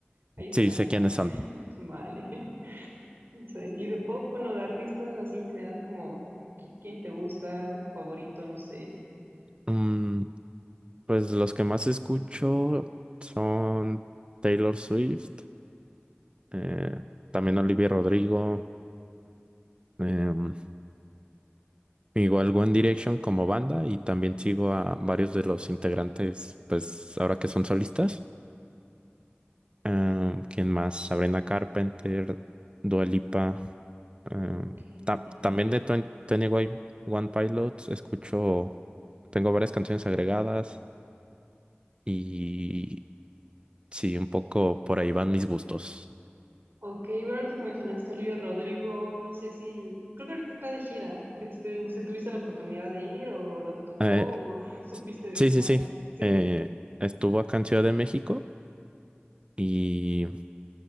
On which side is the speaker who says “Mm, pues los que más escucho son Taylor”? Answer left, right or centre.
Right